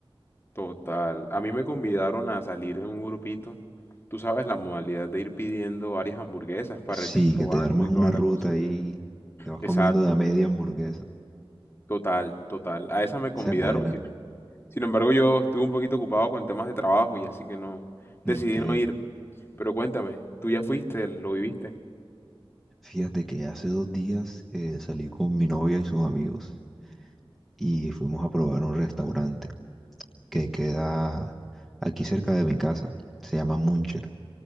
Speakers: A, on the left; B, in the centre.
A: Total. A mí me convidaron a salir en un grupito. Tú sabes la modalidad de ir pidiendo varias hamburguesas para
B: Sí,
A: irlas probando
B: que te armas
A: y toda
B: una ruta
A: la cosa.
B: y te vas
A: Exacto.
B: comiendo de a media hamburguesa.
A: Total, total. A esa me
B: Esa
A: convidaron,
B: es buena.
A: sin, em- sin embargo yo estuve un poquito ocupado con temas de trabajo y así que no decidí
B: Ok.
A: no ir. Pero cuéntame, ¿tú ya fuiste, lo viviste?
B: Fíjate que hace dos días eh, salí con mi novia y sus amigos y fuimos a probar un restaurante que queda aquí cerca de mi casa. Se llama Muncher.